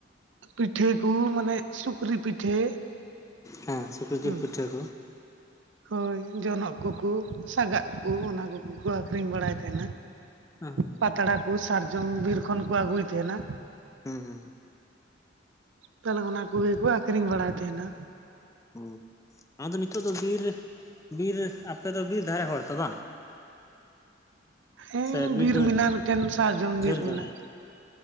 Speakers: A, on the right; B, on the left.
A: ᱯᱤᱴᱷᱟᱹ ᱠᱚ ᱢᱟᱱᱮ ᱥᱩᱠᱨᱤ ᱯᱤᱴᱷᱟᱹ
B: ᱦᱮᱸ ᱥᱩᱠᱨᱤ
A: ᱦᱩᱸ᱾
B: ᱡᱤᱞ ᱯᱤᱴᱷᱟᱹ ᱠᱚ
A: ᱦᱳᱭ ᱡᱚᱱᱚᱜ ᱠᱚᱠᱩ ᱥᱟᱜᱟᱜ ᱠᱩ ᱚᱱᱟ ᱠᱚᱜᱮ ᱠᱚ ᱟᱠᱷᱨᱤᱧ ᱵᱟᱲᱟᱭ ᱛᱟᱸᱦᱮᱱᱟ᱾
B: ᱦᱩᱸ
A: ᱯᱟᱛᱲᱟ ᱠᱩ ᱥᱟᱨᱡᱚᱢ ᱵᱤᱨ ᱠᱷᱚᱱ ᱠᱚ ᱟᱹᱜᱩᱭ ᱛᱟᱸᱦᱮᱱᱟ᱾
B: ᱦᱩᱸ ᱦᱩᱸ᱾
A: ᱛᱟᱦᱞᱮ ᱚᱱᱟ ᱠᱚᱜᱮ ᱠᱚ ᱟᱠᱷᱨᱤᱧ ᱵᱟᱲᱟᱭ ᱛᱟᱸᱦᱮᱱᱟ᱾
B: ᱦᱩᱸ, ᱟᱫᱚ ᱱᱤᱛᱳᱜ ᱫᱚ ᱵᱤᱨ ᱵᱤᱨ ᱟᱯᱮᱫᱚ ᱵᱤᱨ ᱫᱷᱟᱨᱮ ᱦᱚᱲ ᱛᱚ ᱵᱟᱝ?
A: ᱦᱮᱸ
B: ᱥᱮ
A: ᱵᱤᱨ
B: ᱫᱚ
A: ᱢᱮᱱᱟᱜ-ᱟ ᱢᱤᱫᱴᱮᱱ ᱥᱟᱨᱡᱚᱢ ᱵᱤᱨ
B: ᱡᱷᱟᱹᱞ
A: ᱢᱮᱱᱟᱜ-ᱟ᱾
B: ᱧᱚᱜ ᱜᱮᱭᱟ